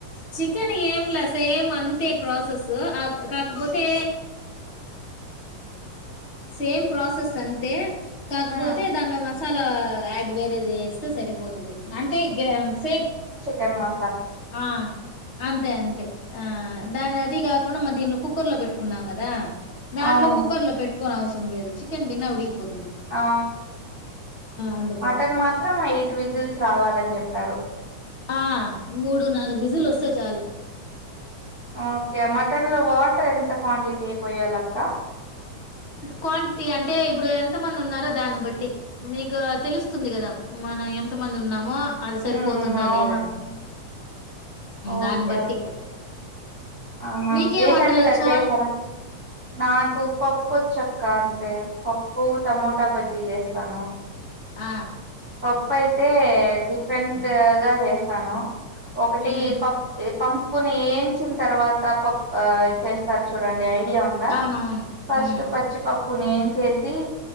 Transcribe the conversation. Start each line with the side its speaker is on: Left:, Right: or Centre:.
Left: చికెన్ ఏంలా సేమ్ అంతే ప్రాసెస్ కాకపోతే సేమ్ ప్రాసెస్ అంతే కాకపోతే
Right: ఉమ్
Left: దానిలో మ మసాలా యాడ్ వేరేది వేస్తే సరిపోతుంది అంటే గ్రామ్ సేమ్
Right: తెన్ మ
Left: ఆ అంతే అంతే ఆ దాని అది కాకుండా మా దీంట్లో కుక్కర్ లో పెట్టుకున్నాం కదా దానిలో
Right: అవును
Left: కుకర్ లో పెట్ న అవసరం లే చికెన్ బిన్న ఉడిపో
Right: ఆ
Left: అందుకని
Right: మటన్ మాత్రం ఎయిట్ విజిల్స్ రావాలని చెప్ తారు
Left: ఆ మూడు నాలుగు విజులు వస్తే చాలు
Right: ఓకే మటన్ లో వాటర్ ఎంత క్వాంటిటీ పోయేలా అక్క
Left: క్వాంటిటీ అంటే ఇప్పుడు ఎంత మంది ఉన్నారో దాన్ని బట్టి మీకు తెలుస్తుంది కదా మనం ఎంత మంది ఉన్నామో అది సరిపోతుందా
Right: ఉమ్ అవున
Left: లేదా అని
Right: ఓకే
Left: దాన్ని బట్టి
Right: ఓకే ఆహా
Left: నీకేం
Right: రీసెంట్
Left: వంటలు
Right: గా
Left: వచ్చు
Right: చేసారా నాకు పప్పు వచ్చక్క అంతే పప్పు టమోటా బజ్జీ చేస్తాను
Left: ఆ
Right: పప్పు అయితే డిఫరెంట్ గా చేస్త స్తాను ఒకటి
Left: ఉమ్
Right: పప్పు పంపుని ఏయించిన తర్వాత ప చేస్తారు చూడండి అ ఉందా
Left: అవునవును
Right: ఫస్ట్
Left: ఉమ్
Right: పచ్చిపాప్పు ప్పుని ఏన్చేసి